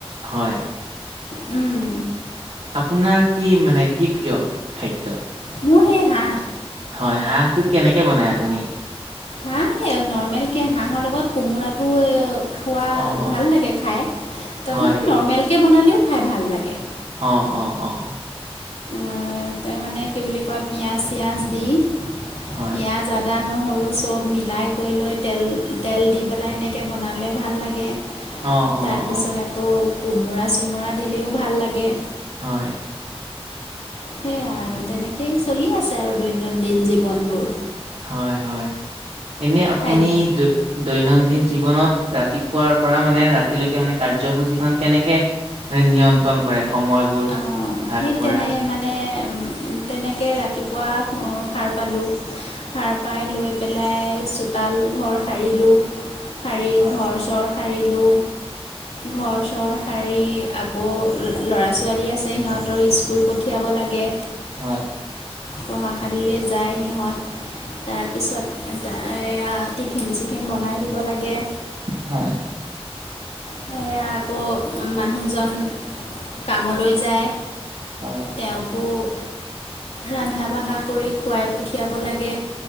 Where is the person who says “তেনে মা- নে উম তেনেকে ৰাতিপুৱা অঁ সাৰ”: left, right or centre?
Left